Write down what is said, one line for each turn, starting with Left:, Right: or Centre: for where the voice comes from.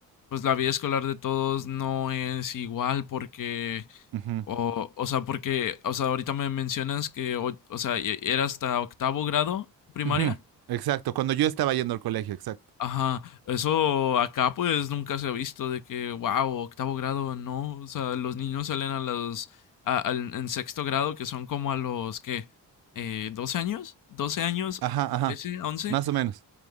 Left: pues, la vida escolar de todos no es igual porque,
Right: Ujú,
Left: o, o sea, porque, o sea, ahorita me mencionas que, o, o sea, e- era hasta octavo grado primaria.
Right: ujú, Exacto, cuando yo estaba yendo al colegio, exacto.
Left: Ajá, eso acá pues nunca se ha visto de que, wow, octavo grado, no, o sea, los niños salen a los, a- al- en sexto grado, que son como a los, ¿qué? Eh, ¿12 años? doce años?
Right: Ajá, ajá.
Left: trece once
Right: Más o menos.